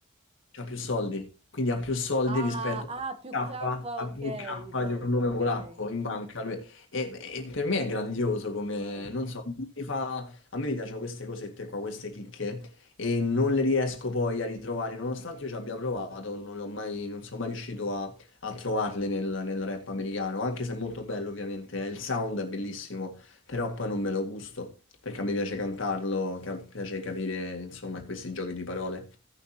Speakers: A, on the left; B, on the right.
A: c'ha più soldi, quindi ha più soldi
B: Ah,
A: rispetto
B: ah, più
A: a
B: K,
A: K,
B: ok,
A: ha più K
B: di soldi,
A: di un nome
B: ok.
A: polacco in banca. lui- E, e per me è grandioso come,
B: Sì.
A: non so, mi fa- a me mi piacciono queste cosette qua, queste chicche, e non le riesco poi a ritrovare, nonostante io ci abbia provato, non l'ho mai, non sono mai riuscito a, a trovarle nel, nel rap americano, anche se è molto bello ovviamente, eh, il sound è bellissimo, però poi non me lo gusto. Perché a me piace cantarlo, ca- piace capire, insomma, questi giochi di parole.